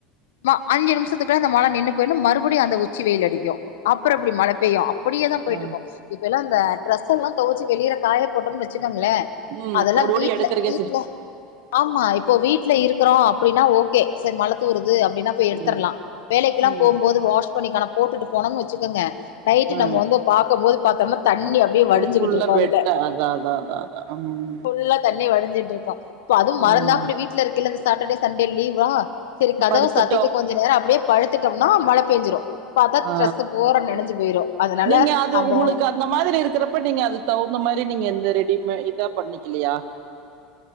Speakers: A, on the left; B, on the right.
A: ம அஞ்சு நிமிச்சத்துக்குள்ள அந்த மழ நின்னு போயிடு மறு படியு அந்த உச்சி வெயில் அடிக்கு அப்புறோ அப்டி மழ பெய்யு அப்படியே தா போயிட்டு
B: ஆ
A: இருக்கு இப்பெல்லா அந்த ட்ரெஸ் எல்லா துவச்சி வெளியற காய போட்டம்னு வச் சுக்கங்களே
B: ம்
A: அதெல்லா
B: ஓடி
A: வீட்ல
B: ஓடி எடுக்கறக்கே
A: வீட்ல
B: சரி
A: ஆம் மா இப்போ வீட்ல இருக்குறோ அப்டின்னா ஓகே சரி மழ துவருது அப்டின்னா எடுத்துட்லா
B: ம்
A: வேலைக்கெல்லா
B: ம்
A: போம் போது வாஷ் பண்ணிக்கானா போட்டுட்டு போனோன்னு வச்சுக்கோங்க நைட்டு
B: ஆ
A: நம்ம வந்து பாக்கம் போது பாத்தோம்னா தண்ணி அப்டியே வடிஞ்சுகுட்ருக்கு
B: ஃபுல்லா வெட்ட
A: அதுல
B: அதா அதா அதா அதா ம்
A: ஃபுல்லா தண்ணி வடிஞ்சிட்ருக்கு அதுவு மறந்தா
B: ம்
A: அப்டி வீட்ல இருக்கைல அந்த சாட்டர்டே சண்டே லீவ்வா செரி கதவ
B: படுத்துட்டோ
A: சாத்திட்டு கொஞ்ச நேரோ அப்டியே படுத்துட்டம் னா மழ பெஞ்சிறு பாத்தா
B: ஆ
A: ட்ரெஸ்ஸீ போற நெஞ்சு போயிரு அதனால
B: நீங்க அது
A: அந்த
B: உங்களுக்கு அந்த மாரி இருக்கிறப்ப நீங்க அதுக்கு தகுந்த மாரி நீங்க எந்த ரெடிமே இதா பண்ணிக்குலையா